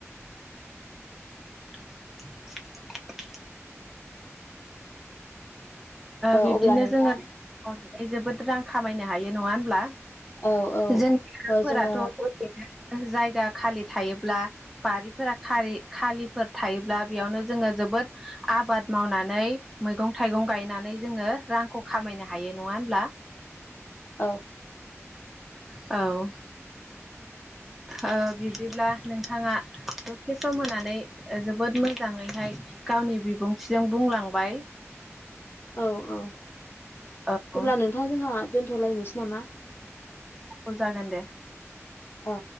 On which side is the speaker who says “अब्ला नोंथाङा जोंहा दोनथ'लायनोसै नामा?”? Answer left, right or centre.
Left